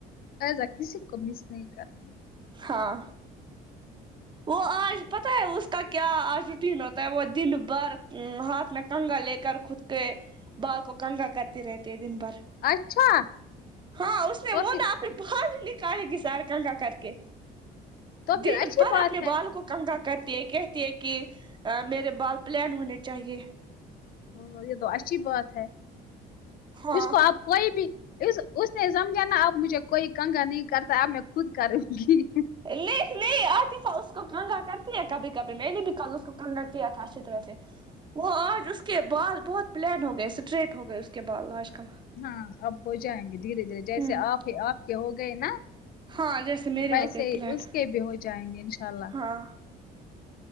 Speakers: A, on the left; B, on the right.
A: عائزہ کسی کو مس نہیں کرتی
B: ہاں وہ آج پتہ ہے اس کا کیا آج روٹین ہوتا ہے وہ دن بھر م ہاتھ میں کنگا لے کر خود کے بال کو کنگا کرتی رہتی ہے دن بھر
A: اچھا
B: ہاں اس نے
A: تو
B: وہ
A: پھر
B: نا اپنے بال ہی نکالے گی سارے کنگا کر کے
A: تو پھر
B: دن
A: اچھی
B: بھر
A: بات
B: اب
A: ہے
B: بالوں کو کنگا کرتی ہے کہتی ہے کہ میرے بال پلین ہونے چاہیے
A: ہوں یہ تو اچھی بات ہے
B: ہاں
A: اس کو اب کوئی بھی اس اس نے سمجھا نا اب مجھے کوئی کنگا نہیں کرتا اب میں خود کروں گی
B: لے لے عاطفہ اس کو کنگا کرتی ہے کبھی کبھی میں نے بھی کل اس کو کنگا کیا تھا اچھی طرح سے وہ آج اس کے بال بہت پلین ہو گئے اسٹریٹ ہو گئے اس کے بال آج کل
A: ہاں اب ہو جائیں گے دھیرے دھیرے جیسے
B: ہوں
A: آپ ہی آپ کے ہو گئے نا
B: ہاں جیسے میرے ہو
A: ایسے
B: گئے
A: ہی
B: پلین
A: اس کے بھی ہو جائیں گے انشاء اللہ
B: ہاں